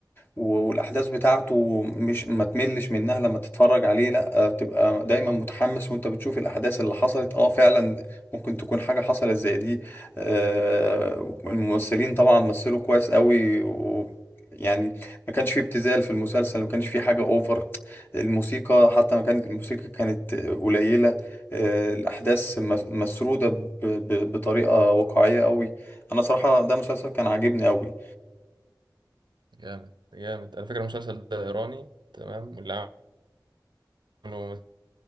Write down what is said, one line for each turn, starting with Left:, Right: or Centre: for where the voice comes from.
Left: و- والاحداث بتاعته مش ما تملش منها لما تتفرج عليه لا آه، بتبقى دايما متحمس وانت بتشوف الاحداث اللي حصلت اه فعلا ممكن تكون حاجه حصلت زي دي آه، الممثلين طبعا مثلوا كويس قوي و يعني ما كانش فيه ابتذال في المسلسل ما كانش فيه حاجه اوفر الموسيقى حتى ما كانت الموسيقى كانت قليله آه، الاحداث مس- مسروده ب- ب- بطريقه واقعيه قوي انا صراحه ده مسلسل كان عاجبني قوي
Right: جامد جامد على فكرة المسلسل ده إيراني تمام واللي عملوا